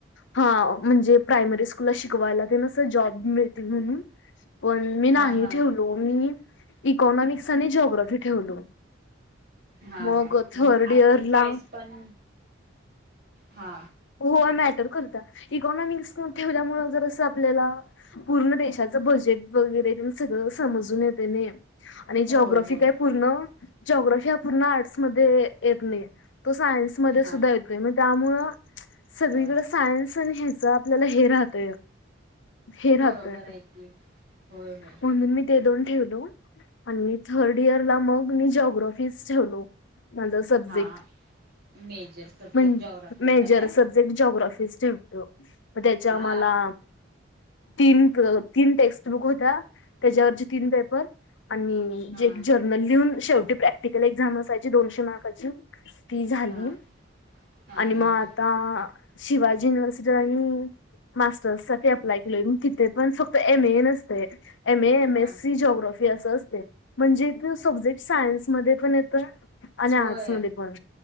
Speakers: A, on the left (about 65°); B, on the right (about 50°).
A: हा म्हणजे प्रायमरी स्कूलला शिकवायला तेनास जॉब मिळतील म्हणून पण मी नाही
B: हा हा
A: ठेवलो मी इकॉनॉमिक्स आणि जिओग्राफी ठेवलो.
B: हा
A: मग
B: हा म्हण
A: थर्ड
B: आपली
A: इयर
B: चॉईस
A: ला
B: पण हा
A: हो मॅटर करता इकॉनॉमिक्स न ठेवल्यामूळ जर असं आपल्याला पूर्ण देशाचं बजेट वगैरे सगळं समजून येते नाही आणि जिओग्राफी
B: होय होय
A: काय पूर्ण जिओग्राफी हा पूर्ण आर्ट्समध्ये येत नाही तो सायन्समध्ये
B: हा
A: सुद्धा येतो नाही मण त्यामुळ सगळीकडे
B: होय
A: सायन्स आणि ह्याच आपल्याला हे राहतय हे राहतय
B: बरोबर आहे की होय होय
A: म्हून मी ते दोन ठेवलो आणि थर्ड इयर ला मग मी जॉग्राफीच ठेवलो. माझा सब्जेक्ट
B: हा मेजर सब्जेक्ट
A: म्हण
B: जॉग्राफी होता
A: सबजेक्ट
B: काय?
A: जिओग्राफी ठेवलं मग त्याच्या
B: हा
A: मला तीन तीन टेस्ट बुक होत्या त्याच्यावरची तीन पेपर आणि
B: हा
A: जे ग लिहून शेवटी प्रॅक्टिकल एक्झाम असायची दोनशे मार्काची ती झाली.
B: हा हा
A: आणि
B: हा
A: मग
B: हा
A: आता शिवाजी युनिव्हर्सिटी आणि मास्टर्स साठी अप्लाय केलीय म तिथे पण फक्त एम ए नसते. एम ए एम
B: हा
A: एस सी जिओग्राफी असं असते म्हणजे सब्जेक्ट सायन्समध्ये पण येतो. आणि
B: होय
A: आर्ट्स मध्ये पण